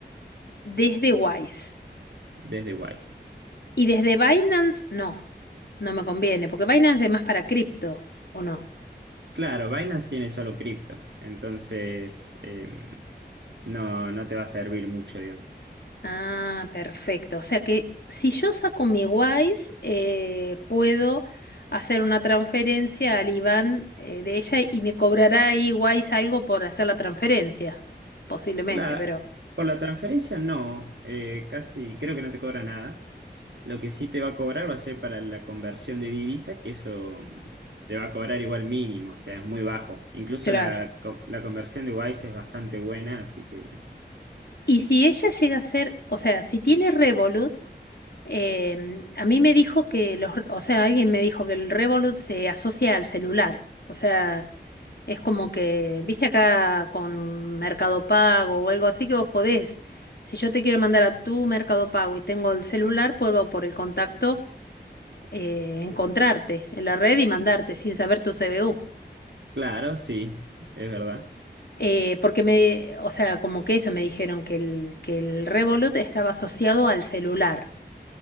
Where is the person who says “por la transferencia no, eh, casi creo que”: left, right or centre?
Right